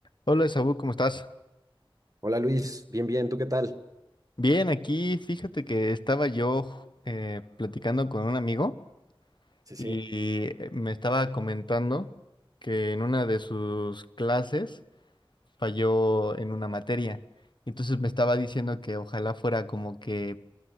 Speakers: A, on the left; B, on the right.
A: Hola, Saúl, ¿cómo estás?
B: Hola Luis, bien, bien, ¿tú qué tal?
A: Bien, aquí fíjate que estaba yo eh, platicando con un amigo
B: Sí, sí.
A: y eh, me estaba comentando que en una de sus clases falló en una materia. Entonces me estaba diciendo que ojalá fuera como que,